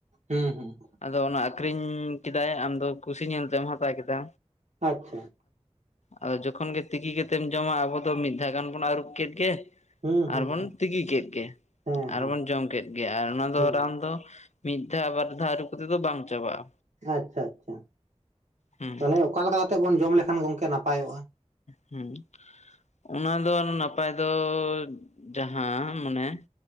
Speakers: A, on the right; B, on the left.
A: ᱦᱩᱸ ᱦᱩᱸ᱾
B: ᱟᱫᱚ ᱚᱱᱟ ᱟᱠᱷᱨᱤᱧ ᱠᱮᱫᱟᱭ ᱟᱢᱫᱚ ᱠᱩᱥᱤ ᱧᱮᱞ ᱛᱮᱢ ᱦᱟᱛᱟᱣ ᱠᱮᱫᱟ᱾
A: ᱟᱪᱪᱷᱟ᱾
B: ᱟᱫᱚ ᱡᱚᱠᱷᱚᱱ ᱜᱮ ᱛᱤᱠᱤ ᱠᱟᱛᱮᱢ ᱡᱚᱢᱟ ᱟᱵᱚ ᱫᱚ ᱢᱤᱫ ᱫᱷᱟᱣ ᱜᱟᱱ ᱵᱚᱱ ᱟᱹᱨᱩᱵ ᱠᱮᱫ ᱜᱮ᱾
A: ᱦᱩᱸ ᱦᱩᱸ
B: ᱟᱨᱵᱚᱱ
A: ᱦᱩᱸ
B: ᱛᱤᱠᱤ ᱠᱮᱫ ᱜᱮ
A: ᱦᱮᱸ ᱦᱮᱸ
B: ᱟᱨᱵᱚᱱ ᱡᱚᱢ ᱠᱮᱫ ᱜᱮ ᱟᱨ ᱚᱱᱟ
A: ᱦᱩᱸ
B: ᱫᱚ ᱨᱟᱱ ᱫᱚᱼᱼ ᱢᱤᱫ ᱫᱷᱟᱣ ᱵᱟᱨ ᱫᱷᱟᱣ ᱟᱨᱩᱵ ᱠᱟᱛᱮᱫ ᱫᱚ ᱵᱟᱝ ᱪᱟᱵᱟᱜ-ᱟ᱾
A: ᱟᱪᱪᱷᱟ ᱟᱪᱪᱷᱟ,
B: ᱦᱩᱸ
A: ᱛᱟᱦᱚᱞᱮ ᱚᱠᱟ ᱞᱮᱠᱟ ᱠᱟᱛᱮᱜ ᱵᱚᱱ ᱡᱚᱢ ᱞᱮᱠᱷᱟᱱ ᱜᱚᱝᱠᱮ ᱱᱟᱯᱟᱭᱚᱜ-ᱟ?
B: ᱦᱮᱸ, ᱚᱱᱟ ᱫᱚ ᱱᱟᱯᱟᱭ ᱫᱚ ᱡᱟᱦᱟᱸ ᱢᱟᱱᱮ